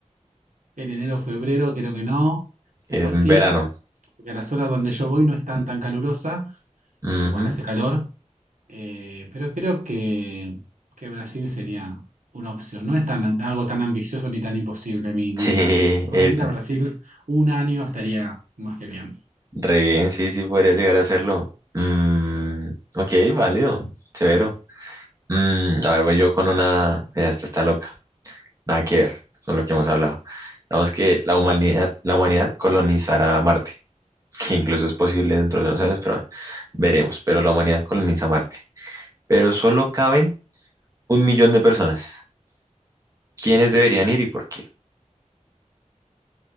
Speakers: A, on the right; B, on the right.
A: en enero, o febrero, creo que no.
B: En
A: Después sí,
B: verano.
A: porque a las horas donde yo voy no están tan tan calurosa,
B: Ujú,
A: pero igual hace calor. Eh, pero creo que, que Brasil sería una opción. No es tan, algo tan ambicioso ni tan imposible mi, mi
B: Sí,
A: plan. Con
B: eh,
A: ir a Brasil un año estaría más que bien.
B: re bien, sí, sí, podría llegar a hacerlo. Mm, ok, válido, severo. Mm, a ver, voy yo con una. Mira, esta está loca. Nada que ver con lo que hemos hablado. Digamos que la humanidad, la humanidad colonizará Marte, que incluso es posible dentro de unos años, pero veremos. Pero la humanidad coloniza Marte. Pero solo caben Un millón de personas. ¿Quiénes deberían ir y por qué?